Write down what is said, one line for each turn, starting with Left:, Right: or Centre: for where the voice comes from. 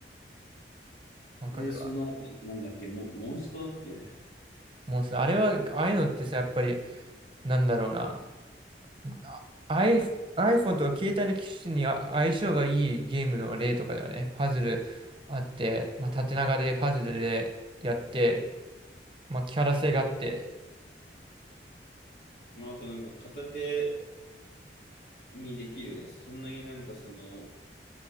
Right: わかるわ。
Left: う。え、その後、なんだっけ、モ、モンストだっけ
Right: もうさ、あれは、ああいうのってさ、やっぱり、なんだろうな。あ iPh- iPhone と携帯の機種にあ相性がいいゲームの例とかだよね。パズルあって、まあ、縦長でパズルでやって、まあ、キャラ性があって、
Left: まあ、あとなんか片手にできるよね。そんなになんかその、